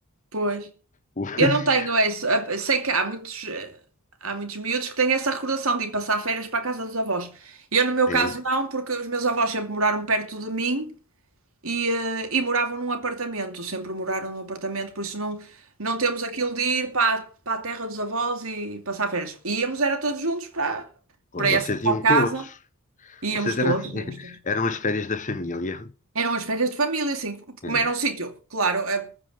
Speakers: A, on the right; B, on the left.
A: Pois.
B: O- <laughs>
A: Eu não tenho essa. ah, Sei que há muitos, eh, há muitos miúdos que têm essa recordação de ir passar férias para a casa dos avós. Eu, no meu
B: É,
A: caso, não, porque os meus avós sempre moraram perto de mim. e, eh, e moravam num apartamento, sempre moraram num apartamento, por isso não, não temos aquilo de ir para, para a terra dos avós e passar férias. Íamos, era todos juntos para,
B: pô,
A: para
B: vocês
A: essa tal
B: iam
A: casa,
B: todos.
A: íamos
B: Vocês
A: todos,
B: eram, a- <laughs>
A: íamos todos.
B: eram as férias da família.
A: Eram as férias de família, assim,
B: É.
A: como era um sítio, claro, eh,